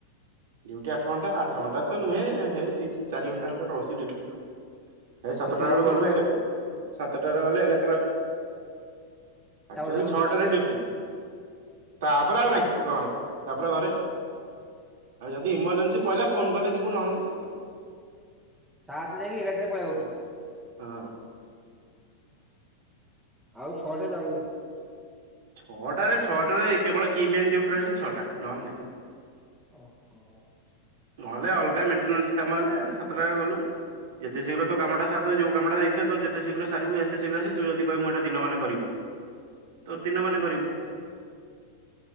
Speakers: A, on the right (about 70°); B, in the centre.
A: ଡିଉଟି ଆଠ ଘଣ୍ଟା ଆଠ ଘଣ୍ଟା ତ ନୁହେଁ ହେ ଦି ଚାରି ଘଣ୍ଟା ଘଣ୍ଟେ ଖଣ୍ଡେ ରହୁଛି ଡୁଟିର। ଏଇ ସାତଟା
B: କେତେବେଳେ
A: ବେଳୁ
B: ଯାଉଛୁ
A: ଗଲୁ
B: କେତେବେଳେ
A: ଏଗା
B: ଆଉଛୁ
A: ସାତଟାରେ ଗଲେ ଏଗାରଟାରେ ଆଉଚୁ, ଆକଚୁଆଲି
B: ତାପରେ ଯାଉନୁ
A: ଛଅଟାରେ ଡିଉଟି। ତାପରେ ଆଉ ନାଇଁ ଘରେ ତାପରେ ଘରେ ଆଉ ଯଦି ଇମରଜେନ୍ସି ପଇଲା ଫୋନ କଲେ ଯିବୁ ନହେଲେ ନାଇ ଆଉ।
B: ସାତରେ ଯାଇକି ଏଗାରଟାରେ ପଲେଇ ଆଉଛୁ?
A: ହଁ।
B: ଆଉ ଛଅଟାରେ ଯାଉନୁ?
A: ଛଅଟାରେ ଛଅଟାରେ କେବଳ କିମେନ୍ ଡିଉଟି ରହିଲେ ଛଅଟା ନହେଲେ ନାଇଁ।
B: ଓ ହୋ।
A: ନହେଲେ ଅଲଗା ମେଣ୍ଟେନାନ୍ସ କାମ ହେଲେ ସାତଟାରେ ଗଲୁ ଯେତେ ଶୀଘ୍ର ତୋ କାମଟା ସାରିଦବୁ ଯୋଉ କାମଟା ଦେଇଥିବେ ତୋର ଯେତେ ଶୀଘ୍ର ସାରିବୁ ହେତେ ଶୀଘ୍ର ଆସିବୁ ତୁ ଯଦି କହିବୁ ମୁଁ ଏଇଟା ଦିନମାନ କରିବି। ତୋର ଦିନମାନ କରିବୁ।